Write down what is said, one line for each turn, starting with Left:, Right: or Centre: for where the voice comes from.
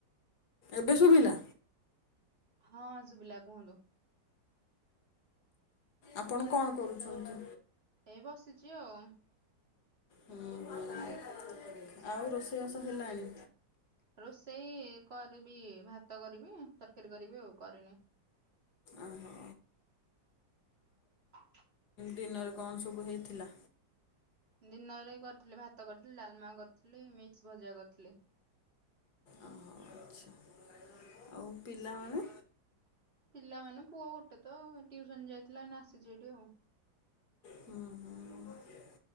Left: ଏବେ ଶୁଭିଲା
Right: ହଁ ଶୁଭିଲା କୁହନ୍ତୁ
Left: ଆପଣ କଣ କରୁଛନ୍ତି
Right: ଏଇ ବସିଛି ଆଉ
Left: ହଁ ହ ଆଉ ରୋଷେଇବାସ ହେଲାଣି
Right: ରୋଷେଇ କରିବି ଭାତ କରିବି ତରକାରୀ କରିବି ଆଉ କରିନି
Left: ଓହୋ
Right: ହ
Left: ଦିନରେ କଣ ସବୁ ହେଇଥିଲା
Right: ଦିନରେ କରିଥିଲି ଭାତ କରିଥିଲି ଡାଲମା କରିଥିଲି ମିକ୍ସ ଭଜା କରିଥିଲି
Left: ଓହୋ ଆଚ୍ଛା ଆଉ ପିଲାମାନେ
Right: ପିଲାମାନୋନେ ପୁଅ ଗୋଟେ ତ ଟିୁସନ ଯାଇଥିଲା ଆସିଛି ଏଠି ଆଉ
Left: ହୁଁ ହୁଁ